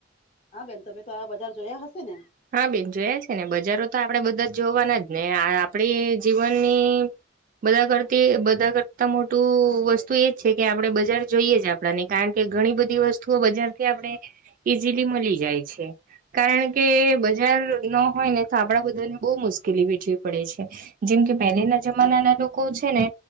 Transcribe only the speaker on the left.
હા, બેન તમે તો આવા બજાર જોયા હશે ને.